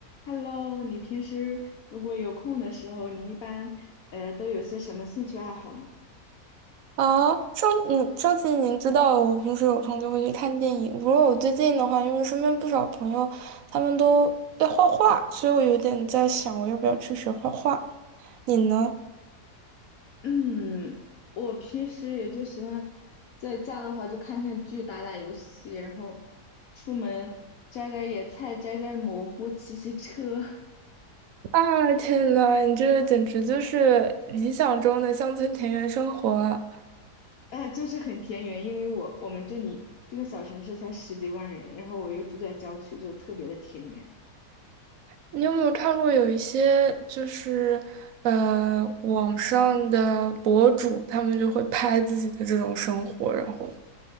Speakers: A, on the left; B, on the right.
A: Hello，你平时如果有空的时候，你一般呃都有些什么兴趣爱好呢？
B: 啊，上你上次您知道我平时有空就会去看电影。不过我最近的话，因为身边不少朋友他们都在画画，所以我有点在想，我要不要去学画画？你呢？
A: 嗯，我平时也就喜欢在家的话就看看剧、打打游戏，然后出门摘摘野菜、摘摘蘑菇、骑骑车，
B: 啊，天呐，你这个简直就是理想中的乡村田园生活啊！
A: <laughs> 哎，就是很田园。因为我我们这里这个小城市才十几万人，然后我又住在郊区，就特别的田园。
B: 你有没有看过有一些就是呃网上的博主，他们就会拍自己的这种生活，然后